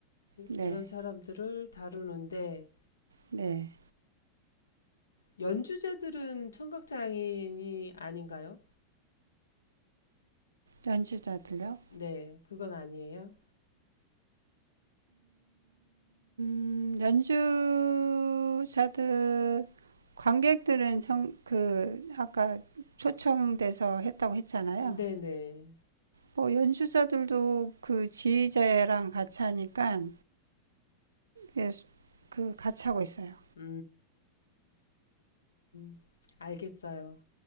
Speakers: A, on the right; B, on the left.
A: 네,
B: 이런 사람들을 다루는데
A: 네.
B: 연주자들은 청각 장애인이 아닌가요?
A: 연주자들요?
B: 네, 그건 아니에요.
A: 음, 연주자들 관객들은 정, 그 아까 초청돼서 했다고 했잖아요.
B: 네네.
A: 뭐 연주자들도 그 지휘자랑 같이 하니까 예, 그 같이 하고 있어요.
B: 음, 음, 알겠어요.